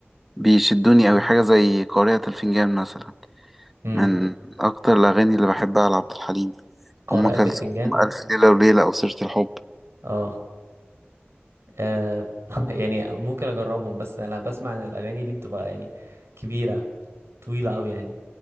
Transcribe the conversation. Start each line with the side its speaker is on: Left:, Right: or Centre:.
Centre: بيشدوني أوي حاجة زي قارئة الفنجان مثلا
Right: امم
Centre: من أكتر الأغاني اللي بحبها لعبد الحليم
Right: قارئة
Centre: أم كلثوم
Right: الفنجان
Centre: ألف ليلة وليلة أو سيرة الحب
Right: اه آه <laughs> يعني ممكن اجربهم بس انا بسمع ان الاغاني دي بتبقى يعني كبيره طويله قوي يعني